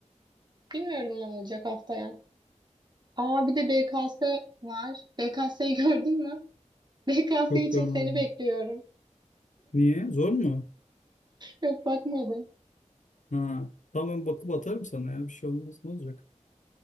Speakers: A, on the right (about 35°); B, on the left (about 75°).
A: Bilmiyorum ne olacak haftaya. Aa bir de BKS var. BKS'yi <laughs> gördün mü? BKS
B: Yok
A: için
B: görmedim.
A: seni bekliyorum.
B: Niye? Zor mu?
A: Yok bakmadım.
B: Ha, tamam bakıp atarım sana ya bir şey olmaz ne olacak.